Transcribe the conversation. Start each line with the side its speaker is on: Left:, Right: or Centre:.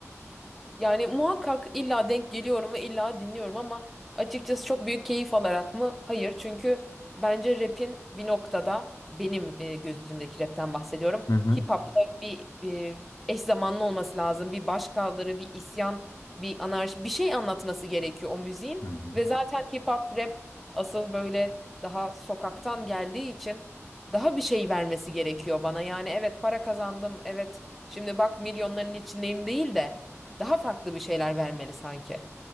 Centre: Yani muhakkak illa denk geliyorum ve illa dinliyorum ama açıkçası çok büyük keyif alarak mı? Hayır. Çünkü bence rap'in bir noktada benim e, gözümdeki rap'ten bahsediyorum.
Left: Hı hı.
Centre: Hip hop'la bir e, eş zamanlı olması lazım. Bir başkaldırı, bir isyan, bir anarşi, bir şey anlatması gerekiyor o müziğin.
Left: Hı hı.
Centre: Ve zaten hip hop rap asıl böyle daha sokaktan geldiği için daha bir şey vermesi gerekiyor bana. Yani evet para kazandım, evet şimdi bak milyonların içindeyim değil de daha farklı bir şeyler vermeli sanki.